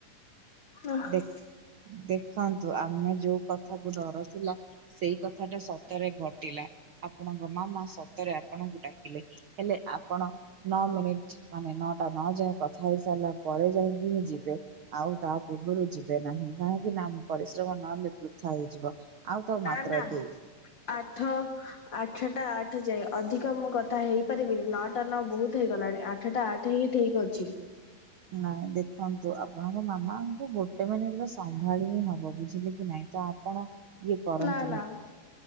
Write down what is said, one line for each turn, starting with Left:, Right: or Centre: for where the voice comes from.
Left: ନା
Right: ଦେଖ୍ ଦେଖନ୍ତୁ ଆମେ ଯୋଉ କଥାକୁ ଡର ଥିଲା ସେଇ କଥା ଟା ସତରେ ଘଟିଲା, ଆପଣଙ୍କ ମାମା ସତରେ ଆପଣଙ୍କୁ ଡାକିଲେ। ହେଲେ ଆପଣ ନଅ ମିନିଟ୍, ମାନେ ନଅଟା ନଅ ଯାଏ କଥା ହେଇସାରିଲା ପରେ ଯାଇକି ହିଁ ଯିବେ। ଆଉ ତାପୂର୍ବରୁ ଯିବେ ନାହିଁ କାହିଁକିନା ପରିଶ୍ରମ ନହେଲେ ବୃଥା ହେଇଯିବ। ଆଉ ତ ମାତ୍ର
Left: ନାଁ ନାଁ
Right: ଦୁଇ
Left: ଆଠ ଆଠଟା ଆଠେ ଯାଏ ଅଧିକ ମୁଁ କଥା ହେଇପାରିବିନି ନଅ ଟା ନା ବହୁତ୍ ହେଇଗଲାଣି ଆଠଟା ଆଠହିଁ ଠିକ୍ ଅଛି।
Right: ନାଇଁ ଦେଖନ୍ତୁ ଆପଣଙ୍କ ମାମାଙ୍କୁ ଗୋଟେ ମିନିଟ୍ତ ସମ୍ଭାଳି ହିଁ ହବ ବୁଝିଲେକି ନାଇଁ ତ ଆପଣ ଇଏ କରନ୍ତୁନି।
Left: ନା ନା